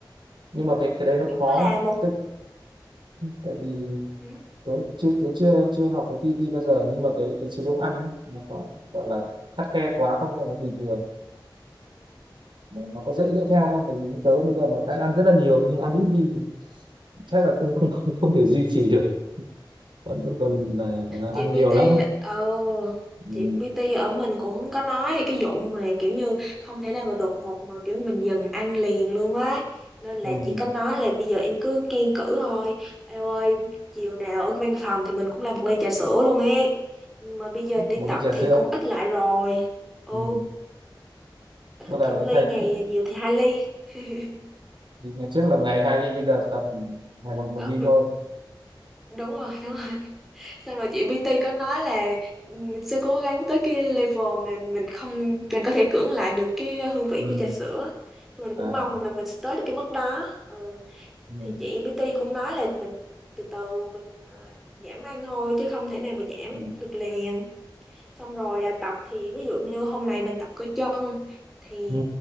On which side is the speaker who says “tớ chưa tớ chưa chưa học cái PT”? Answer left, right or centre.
Right